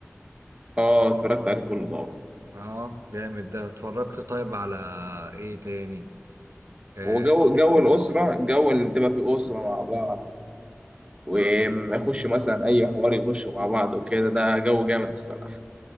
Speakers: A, on the right; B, on the right.
A: اه اتفرجت عليه كله طبعا
B: اه جامد ده اتفرجت طيب على ايه تاني آه،
A: هو جو
B: ديكستر
A: جو الأسرة جو اللي تبقى فيه أسرة مع بعض وما
B: اه
A: يخش مثلا أي حوار يخشوا مع بعض وكده ده جو جامد الصراحة